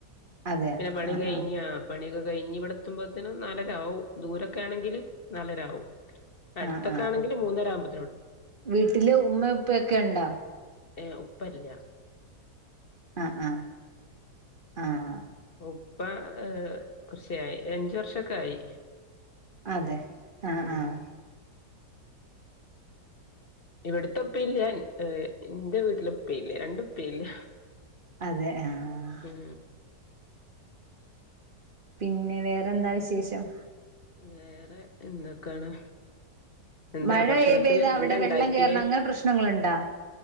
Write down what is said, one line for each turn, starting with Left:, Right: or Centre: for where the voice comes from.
Right: അതെയോ
Left: പിന്നെ പണി
Right: ആഹ്
Left: കഴിഞ്ഞാ
Right: ആഹ്
Left: പണിയൊക്കെ കഴിഞ്ഞ് ഇവിടെ എത്തുമ്പോത്തിന് നാലരാവും ദൂരൊക്കെ ആണെങ്കില് നാലരാവും അട്ത്തൊക്കാണെങ്കില്
Right: ആഹ് ആഹ്
Left: മൂന്നരാവുമ്പ
Right: വീട്ടില് ഉമ്മ ഉപ്പൊക്കെണ്ടോ
Left: ഏഹ് ഉപ്പ ഇല്ല
Right: ആഹ് ആഹ് ആഹ്
Left: ഉപ്പ ഏ കൊറ്ച്ചായി ഒര് അഞ്ച് വർഷക്കായി.
Right: അതെ ആഹ്
Left: ഉം
Right: ആഹ്
Left: ഇവിട്ത്തെ ഉപ്പയില്ല ഏഹ് ഇന്റെ വീട്ടിലെ ഉപ്പയില്ല രണ്ടുപ്പയില്ല.
Right: അതെ ആഹ്
Left: ഉം
Right: പിന്നെ വേറെന്താ വിശേഷം?
Left: വേറെ എന്തെക്കാണ്? എന്താ
Right: മഴ
Left: ഭക്ഷണത്തിന്
Right: പെയ്താ അവിടെ
Left: എന്താണ്ടാക്ക്യേ?
Right: വെള്ളം കേറണ അങ്ങനെ പ്രശ്നങ്ങളുണ്ടാ